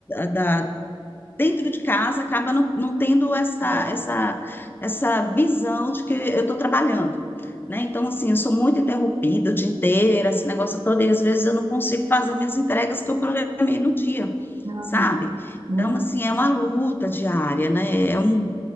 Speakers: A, on the left (about 20°); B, on the right (about 50°).
A: da, dentro de casa acaba não, não tendo essa,
B: Sim.
A: essa, essa visão de que eu estou trabalhando. Né? Então, assim, eu sou muito interrompida o dia inteiro, esse negócio todo, e às vezes eu não consigo fazer minhas entregas que eu programei no dia,
B: Ah,
A: sabe?
B: hum,
A: Então, assim, é uma luta diária, né? É um,